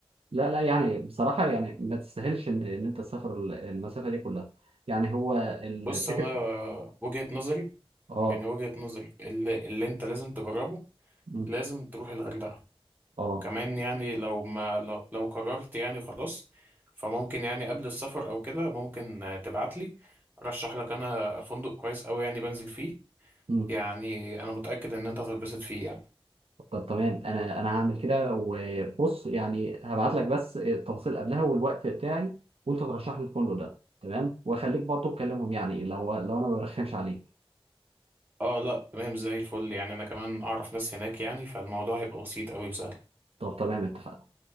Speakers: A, on the right; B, on the right.
A: لا لا يعني بصراحه يعني ما تستاهلش ان ان انت تسافر ال- المسافه دي كلها يعني هو الفكره
B: بص انا آه، وجهة نظري
A: اه
B: يعني وجهة نظري اللي, اللي انت لازم تجربه
A: مم.
B: لازم تروح الغردقة
A: اه
B: كمان يعني لو ما لو, لو قررت يعني خلاص فممكن يعني قبل السفر او كده ممكن آه، تبعت لي ارشح لك انا فندق كويس قوي يعني بنزل فيه
A: مم.
B: يعني انا متأكد ان انت هتتبسط فيه يعني
A: طب تمام انا انا هعمل كده وبص يعني هبعت لك بس التفاصيل قبلها والوقت بتاعي وانت ترشح لي الفندق ده تمام واخليك برضه تكلمهم يعني لو لو انا ما برخمش عليك
B: اه لا تمام زي الفل يعني انا كمان اعرف ناس هناك يعني فالموضوع هيبقى بسيط قوي وسهل
A: طب تمام اتفقنا